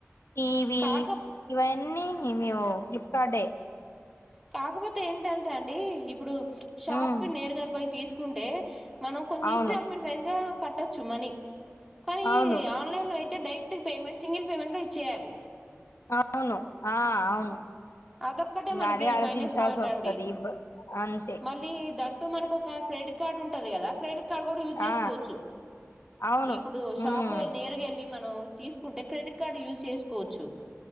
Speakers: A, on the left; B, in the centre.
A: టీవీ
B: కాక
A: ఇవన్నీ మేము ఫ్లిప్కార్ట్డే
B: కాకపోతే ఏంటంటే అండి ఇప్పుడు షాప్కి
A: ఉమ్,
B: నేరుగా పోయి తీసుకు కుంటే మనం కొంచెం
A: అవును
B: ఇన్స్టాల్మెంట్ వైజ్ గా కట్టొచ్చు మనీ కానీ
A: అవును
B: ఆన్లైన్ లో అయితే అయితే డైరెక్ట్ పేమెంట్ సింగిల్ పేమెంట్లో ఇచ్చేయాలి.
A: అవును ఆ అవును.
B: అదోక్కటే
A: ఇంకా
B: మనకి
A: అదే ఆలోచించాల్సి
B: మైనస్ పాయింట్
A: వస్తది
B: అండి.
A: ఇబ్ అంతే
B: మళ్ళీ దట్ ట్టు మనకు ఒక క్రెడిట్ కార్డు ఉంటది కదా క్రెడిట్ కార్డ్ కూడా యూస్ చేసుకొచ్చు.
A: ఆ అవును
B: ఇప్పుడు షాప్లో
A: ఉమ్,
B: నేరుగేల్లి మనం తీసుకుంటే క్రెడిట్ కార్డు యూజ్ చేసుకోచ్చు.